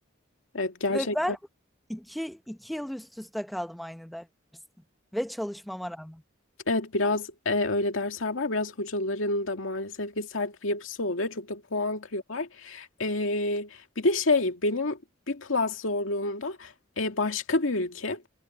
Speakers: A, on the left (about 85°); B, in the centre.
A: evet gerçekten.
B: Ve ben iki, iki yıl üst üste kaldım aynı derste ve çalışmama rağmen.
A: Evet biraz e, öyle dersler var. Biraz hocaların da maalesef ki sert bir yapısı oluyor. Çok da puan kırıyorlar. E, bir de şey benim bir plus zorluğumda e, başka bir ülke.